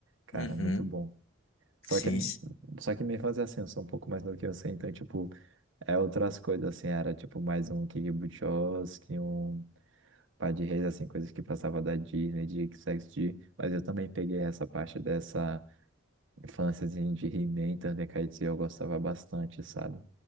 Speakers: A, on the right; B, on the left.
A: Cara,
B: Uhum.
A: muito bom. Só
B: Sim.
A: que,
B: sim.
A: só que me fazia assim, eu sou um pouco mais novo que você, então, tipo. É outras coisas, assim, era tipo mais um Kick Buttowski, um Par de Reis, assim, coisas que passava da Disney, de XXD, mas eu também peguei essa parte dessa infância, assim, de He-Man, Thundercats, e eu gostava bastante, sabe?